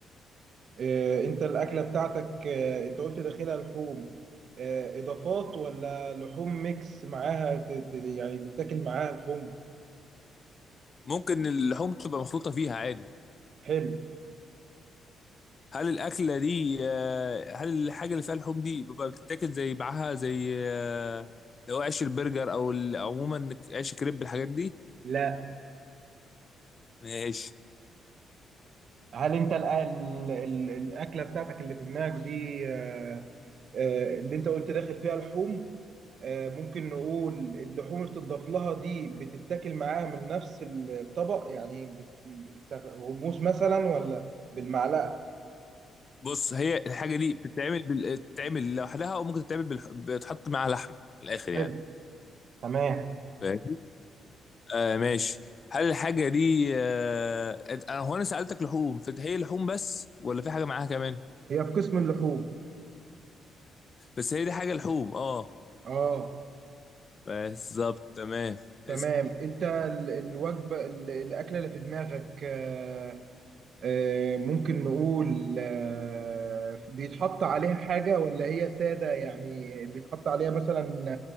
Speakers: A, on the right (about 60°); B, on the left (about 40°).
A: آه، انت الاكله بتاعتك آه، انت قلت داخلها لحوم آه، اضافات ولا لحوم ميكس معاها ت- ت- يعني تتاكل معاها لحوم
B: ممكن اللحوم تبقى مخلوطه فيها عادي
A: حلو
B: هل الاكله دي آه، هل الحاجه اللي فيها لحوم دي بيبقى بتتاكل زي معاها زي آه، لو عيش البرجر او ال- عموما عيش كريب الحاجات دي
A: لا
B: ماشي
A: هل انت ال- ال- ال- الاكله بتاعتك اللي في دماغك دي آه، آه، اللي انت قلت داخل فيها لحوم آه، ممكن نقول اللحوم اللي بتضاف لها دي بتتاكل معاها من نفس الطبق يعني بت- غموس مثلا ولا بالمعلقه
B: بص هي الحاجه دي بتتعمل بال... بتتعمل لوحدها او ممكن تتعمل بالح... بتحط معاها لحمه من الاخر
A: حلو
B: يعني
A: تمام
B: فاهمني آه ماشي هل الحاجه دي آه... أنت- انا هو انا سالتك لحوم فهي لحوم بس ولا في حاجه معاها كمان
A: هي في قسم اللحوم
B: بس هي دي حاجه لحوم اه
A: اه
B: بالظبط تمام اسأل.
A: تمام انت ال- الوجبه ال- الاكله اللي في دماغك آه، آه، ممكن نقول آه، بيتحط عليها حاجه ولا هي ساده يعني بيتحط عليها مثلا